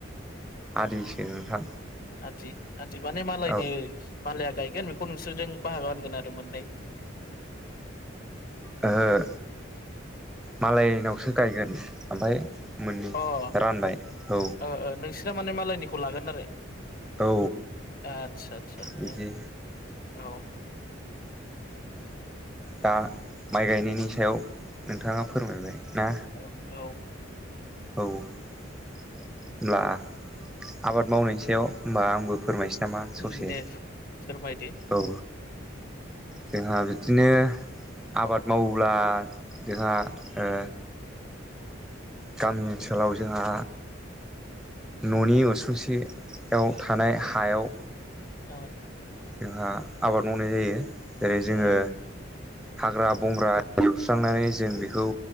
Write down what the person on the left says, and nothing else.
आदि आदि माने मालायनो
मालाया गायगोन बेखौ नोंसोरजों बाहागो रानगोन आरो मोननै।
अ ओ
ओ नोंस्राना माने मालायनिखौ लागोन आरो।
आतसा आतसा
उम्म औ।
औ औ।
उम दे फोरमायदो
ओ
ओ